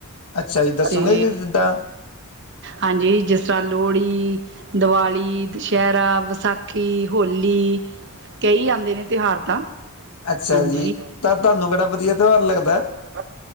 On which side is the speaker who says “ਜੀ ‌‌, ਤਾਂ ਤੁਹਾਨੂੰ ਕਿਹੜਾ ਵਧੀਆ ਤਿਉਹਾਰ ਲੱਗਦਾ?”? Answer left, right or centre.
Left